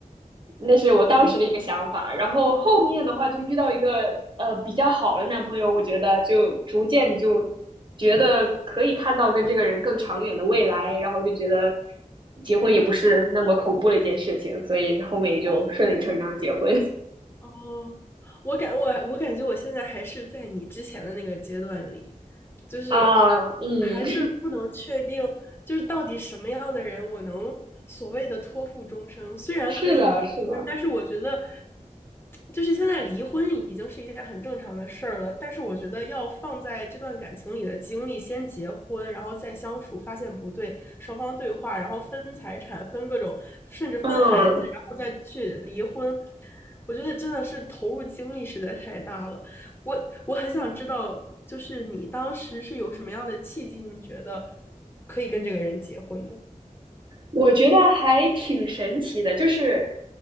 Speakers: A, on the right; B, on the left.
A: 那是我当时的一个想法。
B: 嗯，
A: 然后后面的话，就遇到一个呃比较好的男朋友，我觉得就逐渐就觉得可以看到跟这个人更长远的未来，然后就觉得结婚也不是那么恐怖的一件事情，所以后面也就顺理成章结婚
B: 哦，是这样哦，我感我我感觉我现在还是在你之前的那个阶段里，就是
A: <laughs> 啊。嗯，
B: 还是不能确定，就是到底什么样的人我能所谓的托付终生。
A: <laughs>
B: 虽然可以离婚，
A: 是的，是的，
B: 但是我觉得，就是现在离婚已经是一件很正常的事儿了。但是我觉得要放在这段感情里的经历，先结婚，然后再相处，发现不对，双方对话，然后分财产，分各种，甚至分孩子，
A: 嗯，
B: 然后再去离婚。我觉得真的是投入精力实在太大了。我我很想知道，就是你当时是有什么样的契机，你觉得可以跟这个人结婚呢？
A: 我觉得还挺神奇的，就是